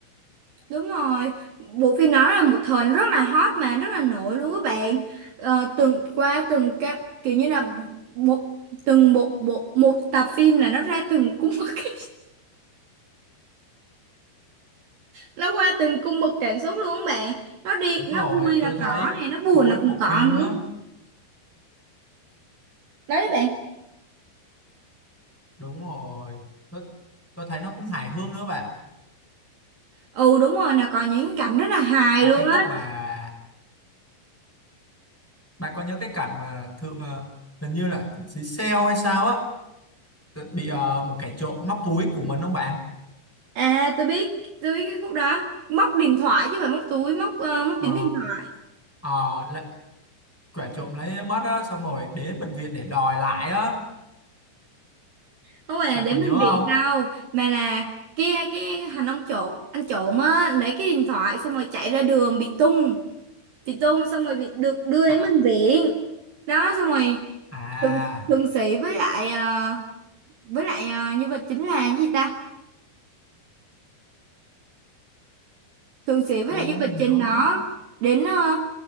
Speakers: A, on the right; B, in the centre.
A: Đúng rồi, bộ phim đó là một thời rất là hot mà rất là nổi luôn các bạn. Ờ, từng qua từng các kiểu như là bộ từng bộ bộ một tập phim là nó ra từng cung bậc <laughs> nó qua từng cung bậc cảm xúc luôn các bạn. Nó đi
B: đúng
A: nó
B: rồi
A: vui là
B: tôi thấy
A: có này, nó buồn
B: mỗi
A: là
B: bộ
A: cũng có
B: phim
A: nữa.
B: á
A: Đấy các bạn.
B: đúng rồi tôi, tôi thấy nó cũng hài hước nữa bạn
A: Ừ đúng rồi là có những cảnh rất là hài
B: tại
A: luôn
B: cái khúc
A: á.
B: mà bạn có nhớ cái cảnh mà thượng ờ, hình như là thượng sĩ Seo hay sao á tự- bị ờ, một kẻ trộm móc túi của mình không bạn
A: À tôi biết, tôi biết cái khúc đó. Móc điện thoại chứ không phải móc túi, móc ờ, móc
B: ờ
A: chính điện thoại.
B: ờ, là- kẻ trộm lấy mất á xong rồi đến bệnh viện để đòi lại á
A: không phải
B: bạn
A: là đến
B: còn
A: bệnh
B: nhớ
A: viện
B: không
A: đâu mà là cái cái thằng ông trộm anh trộm á lấy cái điện thoại xong rồi chạy ra đường bị tung bị tung xong rồi bị được đưa
B: à,
A: đến bệnh viện đó xong rồi
B: à
A: thượng, thượng sĩ với lại ờ, với lại ờ, nhân vật chính là cái gì ta thượng sĩ với
B: tôi
A: lại
B: cũng
A: nhân vật
B: không nhớ
A: chính đó
B: nữa
A: đến ờ,